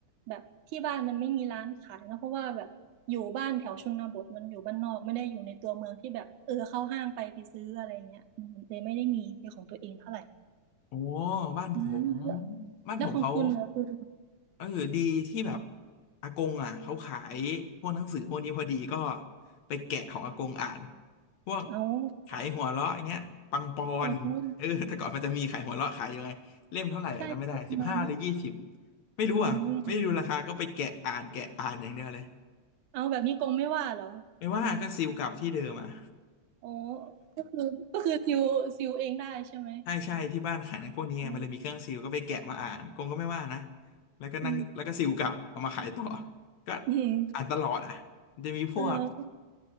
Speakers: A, on the right; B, on the left.
A: แบบที่บ้านมันไม่มีร้านขายนะเพราะว่าแบบอยู่บ้านแถวชนบทมันอยู่บ้านนอกไม่ได้อยู่ในตัวเมืองที่แบบเออเข้าห้างไปไปซื้ออะไรเงี้ยอืมเลยไม่ได้มีเป็นของตัวเองเท่าไหร่
B: โอ้บ้านผม
A: อืมแล้ว
B: บ้านผมเขา
A: แล้วของคุณเนะคือ
B: เออดีที่แบบอากงอ่ะเขาขายพวกหนังสือพวกนี้พอดีก็ไปแกะของอากงอ่านพวก
A: เอา
B: ขายหัวเราะอย่างเงี้ยปังปอนเออแต่ก่อนมันจะมีขายหัวเราะขายอยู่ไงเล่มเท่าไหร่อ่ะจำไม่ได้สิบห้าหรือยี่สิบ
A: อ๋อใช่ใช่ตรงนานมาก
B: ไม่รู้อ่ะไม่ได้ดูราคาก็ไปแกะอ่านแกะอ่านอย่างเดียวเลย
A: อืมเอาแบบนี้กงไม่ว่าเหรอ
B: ไม่ว่าก็ซิลกลับที่เดิมอ่ะ
A: โอ้ก็คือก็คือซิวซิวเองได้ใช่ไหม
B: <laughs> ใช่ใช่ที่บ้านขายหนังพวกนี้ไงมันเลยมีเครื่องซิลก็ไปแกะมาอ่านกงก็ไม่ว่านะ
A: อืม
B: แล้วก็นั่งแล้วก็ซิลกลับเอามาขายต่อ
A: อื
B: ก็
A: ม
B: อ่านตลอดอ่ะมันจะมีพวก
A: เออ